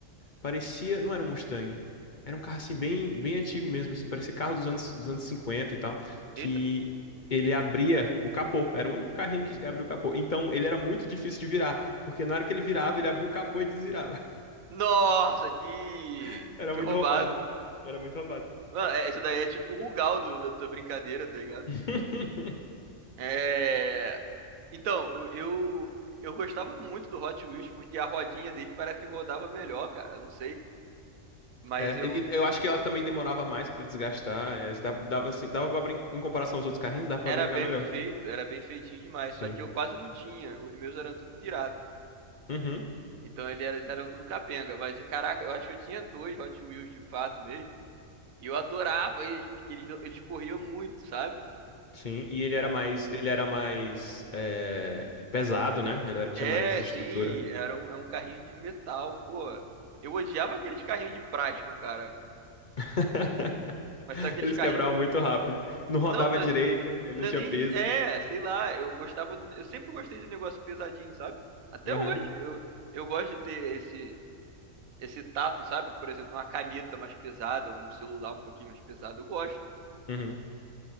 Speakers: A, on the left; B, on the right.
A: Parecia, não era um Mustang. Era um carro assim bem, bem antigo mesmo, assim, parecia carro dos anos, dos anos 50 e tal, que
B: Eita.
A: ele abria o capô. Era o único carrinho que abria o capô. Então ele era muito difícil de virar, porque na hora que ele virava, ele abria o capô e desvirava.
B: Nossa, que.
A: <laughs> Era
B: Que
A: muito
B: roubado.
A: roubado. Era muito roubado.
B: Mano, é- isso daí é tipo o Rugal do- da tua brincadeira, tá ligado?
A: <laughs>
B: É. Então, eu. Eu gostava muito do Hot Wheels porque a rodinha dele parece que rodava melhor, cara. Não sei. Mas
A: É,
B: eu.
A: e- e eu acho que ela também demorava mais pra desgastar. é, se dava, dava assim, dava para brincar, em comparação aos outros carrinhos, dava pra
B: Era
A: brincar
B: bem
A: melhor.
B: feito, era bem feitinho demais.
A: Sim.
B: Só que eu quase não tinha. Os meus eram tudo pirata.
A: Uhum.
B: Então ele era- eles eram tudo capenga. Mas, caraca, eu acho que eu tinha dois Hot Wheels de fato mesmo. E eu adorava eles, porque eles, eles corriam muito, sabe?
A: Sim, e ele era mais, ele era mais eh, pesado, né? Ele era- tinha
B: É,
A: mais estrutura.
B: sim, era um, é um carrinho de metal, pô. Eu odiava aqueles carrinhos de plástico, cara.
A: <laughs>
B: Mas tá aqueles
A: Eles
B: carrinhos.
A: quebravam muito rápido. Não rodava
B: Não, não,
A: direito, ele
B: não
A: não tinha
B: é nem.
A: peso.
B: É, sei lá, eu gostava do. Eu sempre gostei de negócio pesadinho, sabe? Até
A: Aham,
B: hoje. Eu, eu gosto de ter esse, esse tato, sabe? Por exemplo, uma caneta mais pesada, um celular um pouquinho mais pesado. Eu gosto.
A: uhum.